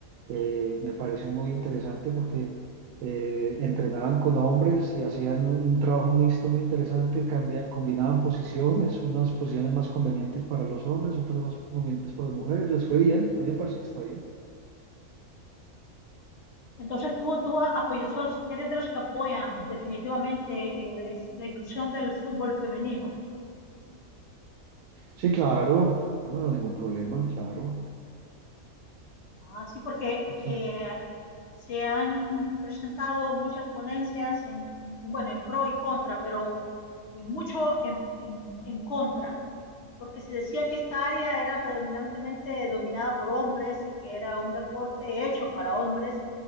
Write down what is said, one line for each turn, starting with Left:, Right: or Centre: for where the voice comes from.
Right: eh, me pareció muy interesante porque eh, entrenaban con hombres y hacían un, un trabajo mixto muy interesante, cambia- combinaban posiciones, unas posiciones más convenientes para los hombres, otras más convenientes para las mujeres, les fue bien, a mí me parece que está bien.
Left: Entonces tú, tú apoyas, sos- eres de los que apoyan definitivamente el- el- la inclusión del fútbol femenino.
Right: Sí, claro, yo no veo ningún problema, claro.
Left: Así porque
Right: Eso,
Left: eh, se han presentado muchas ponencias en, bueno, en pro y contra, pero eh, mucho en, en en contra porque se decía que esta área era predominantemente dominada por hombres y que era un deporte hecho para hombres.